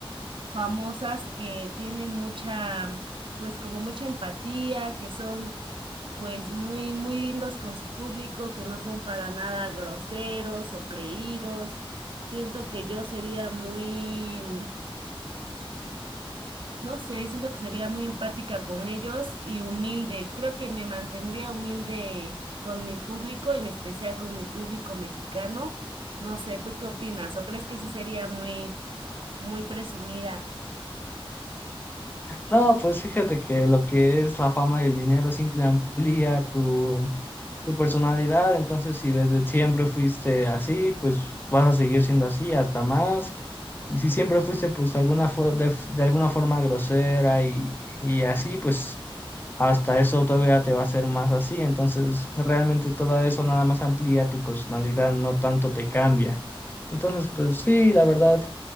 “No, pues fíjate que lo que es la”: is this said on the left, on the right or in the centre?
Left